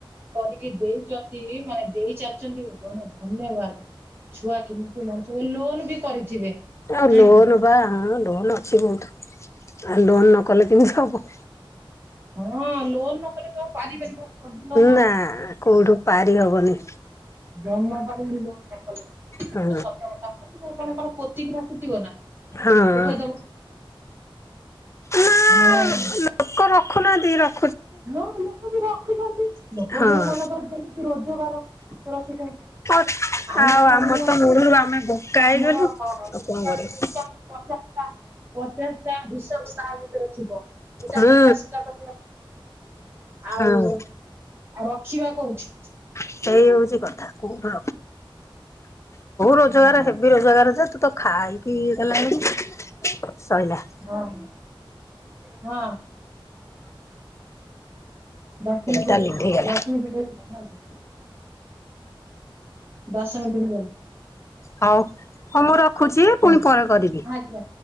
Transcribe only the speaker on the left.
ଆଉ
ଲୋନ
ବା ହଁ ଲୋନ୍ ଅଛି ବହୁତ ଆଉ ଲୋନ ନ କଲେ କେମିତି ହବ?
ନା କୋଉଠୁ ପାରି ହବନି।
ହଁ
ହଁ।
ନା
ଲୋକ ରଖୁନାହାନ୍ତିିଇ ରଖ
ହଁ।
ଆଉ
ଆମର ତ ମୂଳରୁ ଆମେ ବୋକା ହେଇଗଲୁ
ଆଉ କଣ କରିବା।
ହୁଁ
ହୁଁ
ସେଇ ହଉଛି କଥା। କୋଉ ରୋଜଗାର
ହେବି ରୋଜଗାର ଯେ ତୁ ତ ଖାଇକିଇ ଗଲାଣି ଶୋଇଲା
ଟା ଲିଭି ଗଲା
ହଉ ହଁ ମୁଁ ରଖୁଛି
ପୁଣି ପରେ କରିବି